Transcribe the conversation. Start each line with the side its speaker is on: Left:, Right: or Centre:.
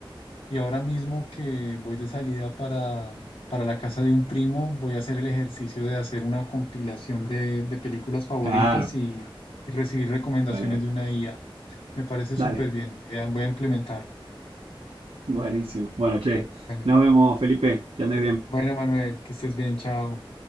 Left: y ahora mismo que voy de salida para, para la casa de un primo, voy a hacer el ejercicio de hacer una compilación de, de películas favoritas
Right: Claro.
Left: y, y recibir recomendaciones
Right: Dale, dale.
Left: de una IA. Me parece súper
Right: Dale.
Left: bien. Voy a, voy a implementarlo.
Right: Buenísimo. Bueno, che,
Left: Bueno,
Right: nos vemos, Felipe. Que andes bien.
Left: bueno, Manuel, que estés bien, chao.